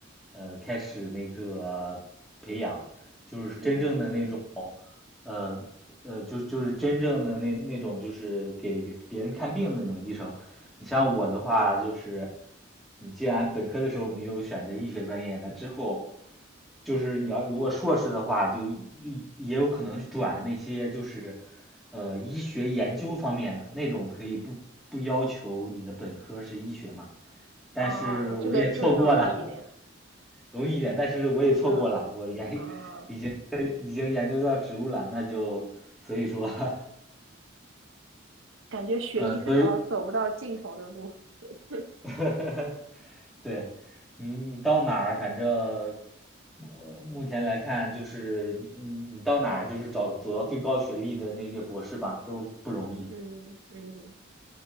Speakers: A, in the centre; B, on the right (about 85°).
A: 呃，开始那个培养，就是真正的那种。
B: 嗯
A: 呃呃，就就是真正的那那种，就是给别人看病的那种医生。你像我的话，
B: 嗯，
A: 就是你既然本科的时候没有选择医学专业，那之后就是你要如果硕士的话，就也也有可能转那些就是呃医学研究方面的那种，可以不不要求你的本科是医学嘛。但是我也错过了，
B: 哦，那这个这个就容易一点，
A: <laughs> 容易一点，但是我也错过了，
B: 嗯
A: 我研已经已经研究到植物了，
B: 啊。哦
A: 那就所以说 <laughs>
B: 感觉学医是条走不到尽头的路。
A: 嗯，所以
B: <laughs>
A: <laughs> 对你，你到哪儿，反正呃，目前来看，就是你你到哪儿，就是找走到最高学历的那些博士吧，都不容易。
B: 嗯嗯，